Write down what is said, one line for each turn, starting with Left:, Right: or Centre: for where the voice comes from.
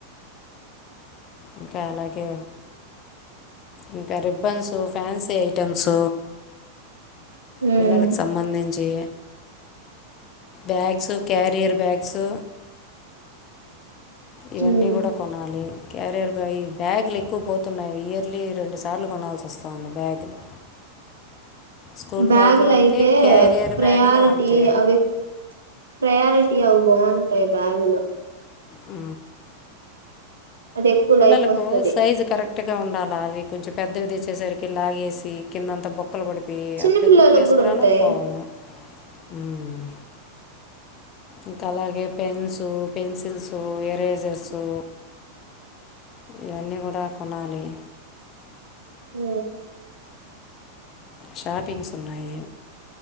Left: ఇంకా అలాగే ఇంకా రిబ్బన్సు, ఫ్యాన్సీ ఐటమ్స్
Right: ఉమ్
Left: పిల్లలకు సంబంధిం చే బ్యాగ్స్, క్యరియర్ బ్యాగ్స్ ఇవన్నీ
Right: ఉమ్,
Left: కూడా కొనాలి. క్యారియర్ బేయిన్ బ్యాగు్లు ఎక్కువ పోతున్నాయి. ఇయర్లీ రెండు సార్లు కొనాల్సి వస్తుంది బ్యాగులు స్కూల్
Right: బ్యాగులుయితే
Left: బ్యాగులు అంతే క్యారియర్
Right: ప్రయారిటీ
Left: బ్యాగులు అంతే
Right: అవి ప్రయారిటీ అవి బావుంటాయి బ్యాగులు
Left: ఆ
Right: అది ఎక్కువ
Left: పిల్లలకు
Right: లైఫ్ వస్తది
Left: సైజు కరెక్ట్ గా ఉండాలి. లావి కొంచెం పెద్దవిదిచ్చేసరికి లాగేసి కిందంత బొ క్కలు పడిపోయి
Right: చిన్న
Left: అందుకు
Right: పిల్లలకి
Left: కుట్లు వేసుకురాను
Right: కూడా ఉంటాయి
Left: పోవను ఉమ్ ఇంకా అలాగే పెన్సు, పెన్సిల్సు, ఎరేజర్సు ఇవన్నీ కూడా కొనాలి
Right: హ
Left: షాపింగ్స్ ఉన్నాయి